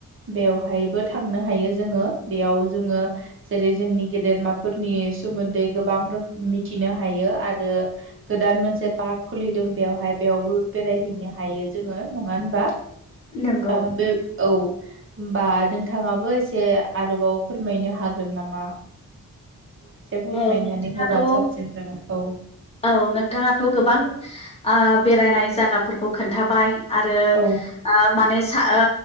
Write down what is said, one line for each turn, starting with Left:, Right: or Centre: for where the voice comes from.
Right: बेवहायबो थांनो हायो जोङो बेयाव जोङो जेरै जोंनि गेदेरमाफोरनि सोमोन्दै गोबां रो मिथिनो हायो आरो गोदान मोनसे पार्क खुलिदों बेयावहा बाय बेयावबो बेरायहैनो हायो जोङो नङा होनबा
Left: नंगौ
Right: ओ बे औ होनबा नोंथाङाबो एसे आरोबाव फोरमायनो हागोन नामा? एसे फोरमायनानै
Left: औ नोंथाङाथ'
Right: होबा साबसिन जागोन औ
Left: औ नोंथाङाथ' गोबां ओ बेरायनाय जायगाफोरखौ खोन्थाबाय आरो
Right: औ
Left: आ माने सा ओ